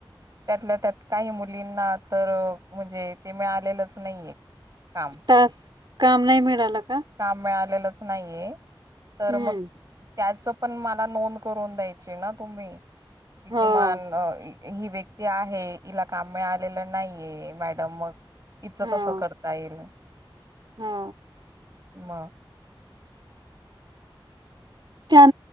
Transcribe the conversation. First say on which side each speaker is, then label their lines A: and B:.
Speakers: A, on the right; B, on the right.
A: त्यातल्या त्यात काही मुलींना तर म्हणजे ते मिळालेलंच नाहीय. काम
B: तास काम नाही मिळालं का
A: काम मिळालेलं च नाहीये तर
B: हम्म
A: मग त्याच पण मला नोंद करून द्यायची ना तुम्ही
B: हो
A: किमान ही व्यक्त ती आहे इला काम मिळालेलं नाहीये मॅडम मग इचं
B: हो
A: कसं करता येईल.
B: हो.
A: म.
B: त्या